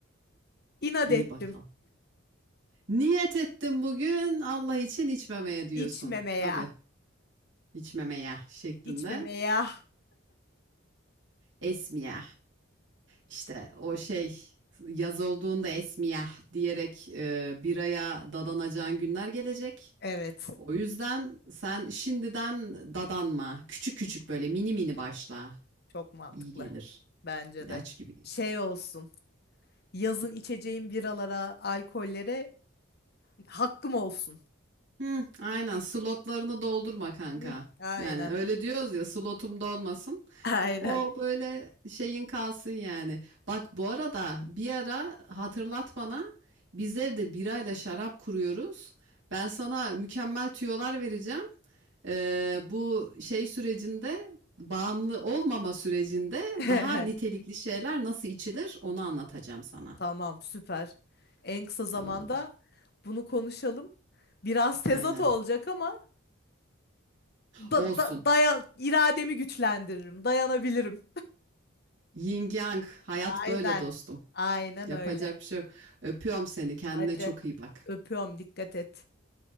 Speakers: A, on the left; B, on the right.
A: İnat
B: İyi
A: ettim
B: bakalım. Niyet ettim bugün Allah için içmemeye diyorsun.
A: içmemeye
B: Tabii içmemeye şeklinde.
A: içmemeye.
B: Esmiye. İşte o şey yaz olduğunda esmiyah diyerek e, biraya dadanacağın günler gelecek.
A: Evet
B: O yüzden sen şimdiden dadanma. Küçük küçük böyle mini mini başla.
A: çok mantıklı
B: İyi gelir.
A: bence
B: İlaç
A: de
B: gibi gelir.
A: şey olsun. Yazın içeceğim biralara, alkollere hakkım olsun.
B: Hı, aynen slotlarını doldurma kanka.
A: Hı, Aynen.
B: Yani öyle diyoruz ya slotum dolmasın.
A: Aynen.
B: O böyle şeyin kalsın yani. Bak bu arada bir ara hatırlat bana biz evde birayla şarap kuruyoruz. Ben sana mükemmel tüyolar vereceğim. Ee, bu şey sürecinde bağımlı olmama sürecinde
A: <laughs>
B: daha nitelikli şeyler nasıl içilir onu anlatacağım sana.
A: Tamam, süper. En kısa
B: Tamamdır.
A: zamanda bunu konuşalım. Biraz tezat
B: Aynen.
A: olacak ama da,
B: Olsun.
A: da- dayan irademi güçlendiririm, dayanabilirim.
B: Yin Yang hayat
A: Aynen.
B: böyle dostum.
A: Aynen
B: Yapacak
A: öyle.
B: bir şey yok. Öpüyorum seni. Kendine
A: Hadi
B: çok iyi bak.
A: öpüyorum, dikkat et.